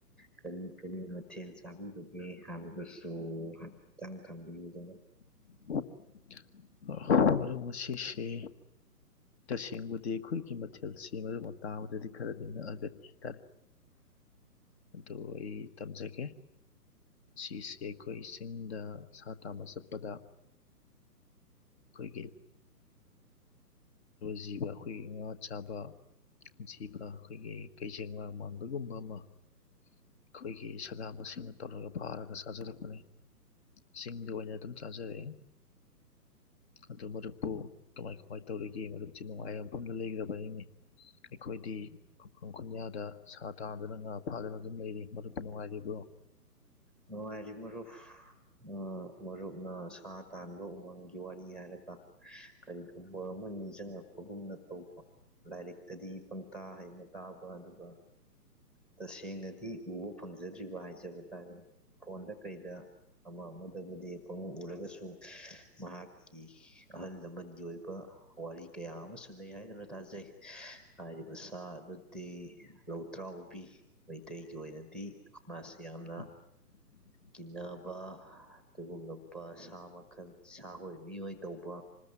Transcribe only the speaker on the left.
<inaudible> ꯃꯔꯨꯞ ꯉꯁꯤꯁꯦ ꯇꯁꯦꯡꯕꯗꯤ ꯑꯈꯣꯏꯒꯤ ꯃꯊꯦꯜꯁꯤ ꯃꯔꯨꯞꯅ ꯇꯥꯕꯗꯗꯤ ꯈꯔꯗꯤ ꯉꯛꯑꯒꯅꯤ ꯇꯥꯔꯦ ꯑꯗꯨ ꯑꯩ ꯇꯝꯖꯒꯦ ꯁꯤꯁꯦ ꯑꯩꯈꯣꯏ ꯆꯤꯡꯗ ꯁꯥ ꯇꯥꯟꯕ ꯆꯠꯄꯗ ꯈꯣꯏ ꯖꯤꯕ ꯑꯈꯣꯏꯒꯤ ꯉꯥ ꯆꯥꯕ ꯖꯤꯕ ꯑꯈꯣꯏꯒꯤ ꯀꯩꯖꯦꯡꯂꯥꯡ ꯃꯥꯟ ꯑꯗꯨꯒꯨꯝꯕ ꯑꯃ ꯑꯈꯣꯏꯒꯤ ꯁꯗꯥꯟꯕꯁꯤꯡꯅ ꯇꯧꯔꯒ ꯐꯥꯔꯒ ꯆꯥꯖꯔꯛꯄꯅꯤ ꯆꯤꯡꯗ ꯑꯣꯏꯅ ꯑꯗꯨꯝ ꯆꯥꯖꯔꯛꯑꯦ ꯑꯗꯨ ꯃꯔꯨꯞꯄꯨ ꯀꯃꯥꯏ ꯀꯃꯥꯏ ꯇꯧꯔꯤꯒꯦ ꯃꯔꯨꯞꯁꯤ ꯅꯨꯡꯉꯥꯏꯕ ꯃꯐꯝꯗ ꯂꯩꯒ꯭ꯔꯕꯅꯤꯅꯦ ꯑꯩꯈꯣꯏꯗꯤ ꯈꯨꯛꯈꯪ ꯈꯨꯟꯌꯥꯗ ꯁꯥ ꯇꯥꯟꯗꯨꯅ ꯉꯥ ꯐꯥꯗꯨꯅ ꯑꯗꯨꯝ ꯂꯩꯔꯤ ꯃꯔꯨꯞꯇꯤ ꯅꯨꯡꯉꯥꯏꯔꯤꯕ꯭ꯔꯣ
<inaudible>